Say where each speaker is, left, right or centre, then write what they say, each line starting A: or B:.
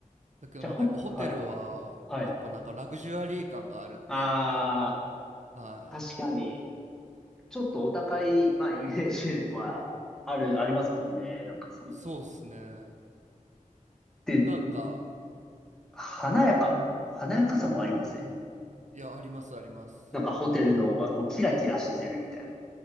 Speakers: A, on the right; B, in the centre.
A: だけどなんかやっぱホテルは、
B: じゃあ、ほ、はい、はい。
A: やっぱなんかラグジュアリー感があるっていうか、
B: あ
A: はい。
B: ー、確かに。ちょっとお高い、まあ、イメージは、ある、ありますもんね。なんかそう。
A: そうですね。
B: で、
A: なんか、
B: 華やか。華やかさもありません
A: いや、ありますあります。
B: なんかホテルの方が、こう、キラキラしてるみたいな。